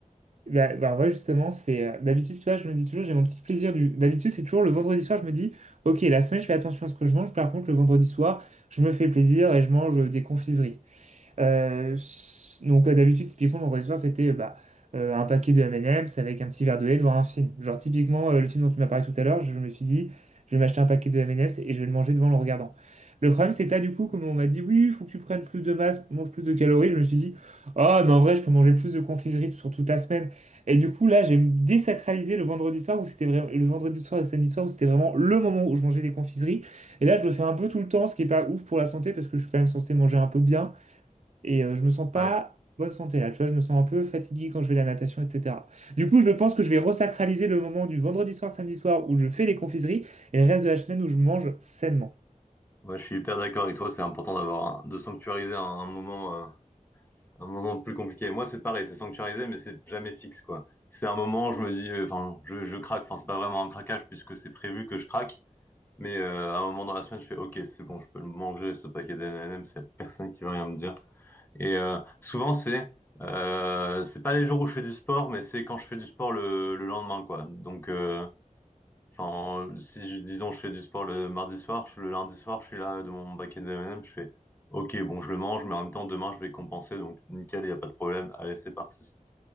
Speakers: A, on the right; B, on the left.
A: Bah, bah ouais, justement, c'est euh, d'habitude, tu vois, je me dis toujours, j'ai mon petit plaisir du. D'habitude, c'est toujours le vendredi soir, je me dis, ok, la semaine, je fais attention à ce que je mange. Par contre, le vendredi soir, je me fais plaisir et je mange euh, des confiseries. Euh, donc euh, d'habitude, typiquement, mon réseau c'était euh, bah, euh, un paquet de M&M's avec un petit verre de lait devant un film. Genre typiquement, euh, le film dont tu m'as parlé tout à l'heure, je me suis dit, je vais m'acheter un paquet de M&M's et je vais le manger devant le regardant. Le problème, c'est que là, du coup, comme on m'a dit, oui, il faut que tu prennes plus de masse, mange plus de calories, je me suis dit, ah, mais en vrai, je peux manger plus de confiserie sur toute la semaine. Et du coup, là, j'ai désacralisé le vendredi soir où c'était vraiment le vendredi soir et le samedi soir où c'était vraiment le moment où je mangeais des confiseries. Et là, je le fais un peu tout le temps, ce qui est pas ouf pour la santé parce que je suis quand même censé manger un peu bien. Et euh, je me sens pas
B: Ouais,
A: en bonne santé là, tu vois, je me sens un peu fatigué quand je vais à la natation, etc. Du coup, je pense que je vais resacraliser le moment du vendredi soir, samedi soir où je fais les confiseries et le reste de la semaine où je mange sainement.
B: ouais, je suis hyper d'accord avec toi. C'est important d'avoir un- de sanctuariser un, un moment, euh, un moment plus compliqué. Moi, c'est pareil, c'est sanctuarisé, mais c'est jamais fixe, quoi. C'est un moment où je me dis, euh, enfin, je, je craque. Enfin, c'est pas vraiment un craquage puisque c'est prévu que je craque. Mais euh, à un moment dans la semaine, je fais, OK, c'est bon, je peux le manger, ce paquet de M&M, c'est la personne qui va rien me dire. Et euh, souvent, c'est euh, c'est pas les jours où je fais du sport, mais c'est quand je fais du sport le, le lendemain, quoi. Donc, euh, enfin, si je, disons, je fais du sport le mardi soir, je- le lundi soir, je suis là de mon paquet de M&M, je fais, OK, bon, je le mange, mais en même temps, demain, je vais compenser, donc nickel, il n'y a pas de problème. Allez, c'est parti.